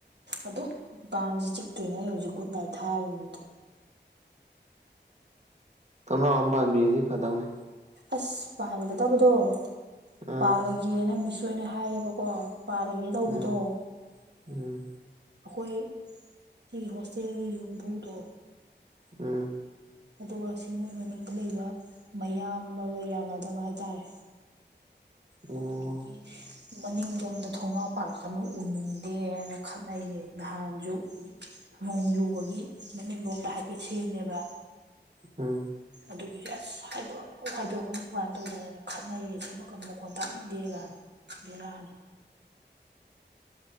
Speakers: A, on the right (about 65°); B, on the right (about 40°).
A: ꯑꯗꯨꯝ ꯄꯥꯡꯁꯤ ꯆꯤꯛꯇꯣꯏꯅꯦ ꯑꯩ ꯍꯧꯖꯤꯛ ꯒꯠ ꯅꯥꯏ ꯊꯥꯕꯅꯤꯗꯣ
B: ꯇꯅꯣ ꯑꯝ ꯄꯕꯥꯝꯕꯤꯗꯤ ꯐꯅꯤ
A: ꯑꯁ ꯄꯥꯟꯒꯗꯕꯗꯣ
B: ꯑꯥ
A: ꯄꯥꯜꯂꯒꯦꯅ ꯃꯤꯁ ꯑꯣꯏꯅ ꯍꯥꯏꯌꯦꯕꯀꯣ ꯄꯥꯅꯒꯦ ꯇꯧꯕꯗꯣ
B: ꯎꯝ ꯎꯝ
A: ꯑꯩꯈꯣꯏ ꯁꯤꯒꯤ ꯍꯣꯁꯇꯦꯜꯒꯤ ꯌꯨꯝꯕꯨꯗꯣ
B: ꯎꯝ
A: ꯑꯗꯨꯒ ꯁꯤ ꯃꯣꯏ ꯃꯅꯤꯡꯗ ꯂꯩꯕ ꯃꯌꯥꯝꯒ ꯌꯥꯅꯗꯕ ꯍꯥꯏꯇꯥꯔꯦ
B: ꯑꯣ
A: ꯑꯗꯨꯗꯨꯒꯤ ꯃꯅꯤꯡꯂꯣꯝꯗ ꯊꯣꯡꯒꯥꯎ ꯄꯥꯜꯂꯛꯀꯅꯨ ꯎꯟꯗꯦꯅ ꯈꯠꯅꯩꯌꯦ ꯅꯍꯥꯟꯁꯨ ꯅꯣꯡ ꯌꯨꯕꯒꯤ ꯃꯃꯤꯡꯂꯣꯝꯗ ꯍꯥꯏꯐꯦꯠ ꯁꯦꯝꯃꯦꯕ
B: ꯎ
A: ꯑꯗꯨꯒꯤꯁꯨꯦ ꯑꯁ ꯍꯥꯏꯗꯣꯛꯑ ꯍꯥꯏꯗꯣꯛꯑ ꯀꯥꯏꯅ ꯇꯧꯗꯅꯅꯦ ꯈꯠꯅꯩꯌꯦ ꯁꯦꯝꯃ ꯀꯝ ꯃꯈꯣꯟ ꯇꯥꯛꯅꯤꯡꯗꯦ ꯀꯥꯏꯅ ꯕꯤꯔꯥꯅ